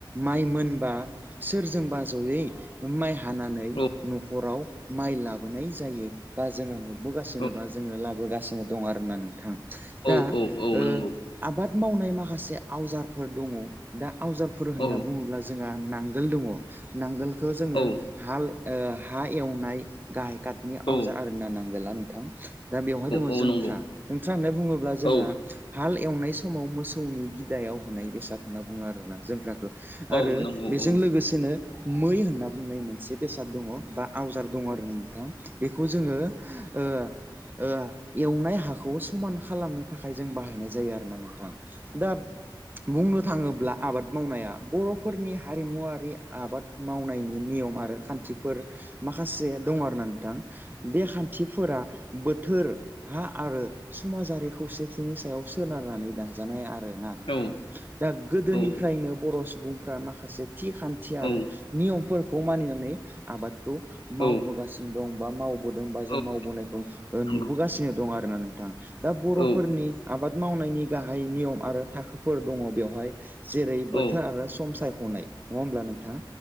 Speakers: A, on the right; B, on the left.
A: माइ मोनबा सोरजोंबा ज'यै माइ हानानै
B: औ
A: न'खराव माइ लाबोनाय जायो बा जोङो नु बोगासिनोबा
B: औ
A: जोङो लाबोगासिनो दं आरोना नोंथां दा
B: औ औ
A: ओ
B: नंगौ
A: आबाद मावनाय माखासे आवजारफोर दङ दा आवजारफोर होनना
B: औ
A: बुङोब्ला जोंहा नांगोल दङ नांगोल खो जोङो
B: औ
A: हाल ओ हा एवनाय गाहाय काटनि आवजार
B: औ
A: आरोना नां गोला नोंथां दा बेवहाय दङ
B: औ
A: जोंथ्रा
B: नंगौ
A: जोंथ्रा होननानै बुङोब्ला जोंहा
B: औ नंगौ औ
A: हाल एवनाय समाव मोसौनि गिदायाव होनाय बेसाद होनना बुङो आरोना जोंग्रा आरो
B: औ नंगौ औ
A: बेजों
B: औ औ
A: लोगोसेनो मै होनना बुंनाय मोनसे बेसाद दङ बा आवजार दं आरोना नोंथां बेखौ जोङो ओ ओ एवनाय हाखौ समान खालामनो थाखाय जों बाहायनाय जायो आरोना नोंथां दा बुंनो थाङोब्ला आबाद मावनाया बर'फोरनि हारिमुवारि आबाद मावनायनि नियम आरो खान्थिफोर माखासे दं आरो ना नोंथां बे थिफोरा थोर हा आरो समाजारि खौसेथिनि सायाव सोनारनानै दाजानाय आरो ना नोंथां
B: औ
A: दा गोदोनिफ्रायनो
B: औ औ
A: बर' सु सुबुंफ्रा माखासे थि खान्थि
B: औ
A: आरो नियमफोर खौ मानिनानै आबाद खौ मावबोगासिनो
B: औ
A: दं बा मावबोदों जों
B: औ
A: मावबोनायखौ
B: नंगौ
A: नुबोगासिनो दं आरोना नों दां दा बर'फोरनि
B: औ
A: आबाद मावनायनि गाहाय नियम आरो थाखोफोर दङ बेवहाय जेरै बोथोर
B: औ
A: आरो सम सायखनाय नङा होमब्ला नों थां?